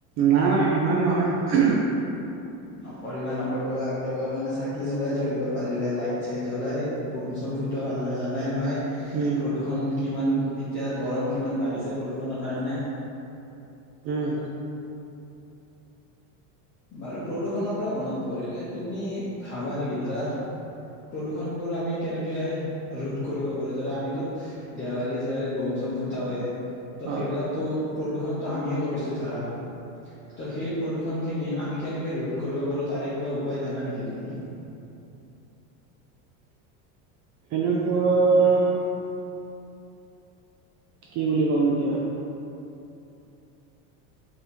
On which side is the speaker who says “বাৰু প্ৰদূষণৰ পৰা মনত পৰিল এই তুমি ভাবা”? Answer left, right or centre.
Left